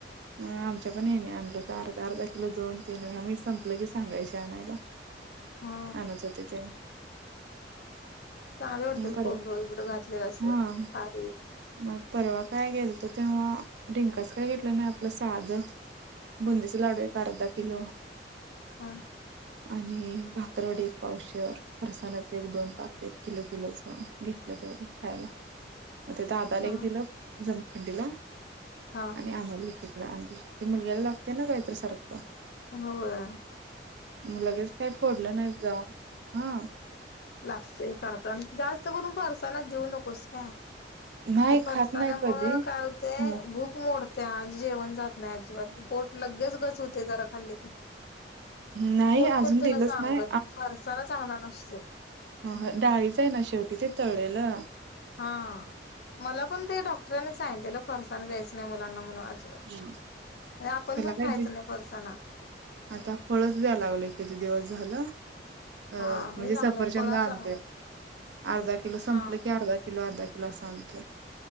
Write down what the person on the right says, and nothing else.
अ आमच्या पण यांनी आणल होत, अर्धा अर्धा किलो दोन तीन वेळा, मी संपलं की सांगायची आणायला.
आणत होते ते.
परवा
हा
मग परवा काय गेल तो तेव्हा, डिंकाच काय घेतलं नही, आपलं साध बुंदिच लाडूय अर्धा किलो.
आणि भाकररवडी एक पावशर, फरसानाच एक दोन पाकिट. किलो किलोचं घेतलं तेवढं खायला. मग ते दादाला
एक दिलं, जमखंडीला.
<unintelligible> ती मुलगी <unintelligible> आणल त मुलगलागतेना कायत सारख.
लगेच काही फोडलं नाही जाऊन, हां.
नाही
खात नाही कधी
ह
नाही
अजून
दिलंच
नाही
हॊ हं डाळीच ये ना शेवटी, ते तळलेलं.
हं.
त्याला
काय
बी
आता फळच द्याया लागलो, किती दिवस झालं. अ
म्हणजे
सफरचंद
आणतोय, अर्धा किलो संपलं
की अर्धा किलो, अर्धा किलो असं आणणतोय,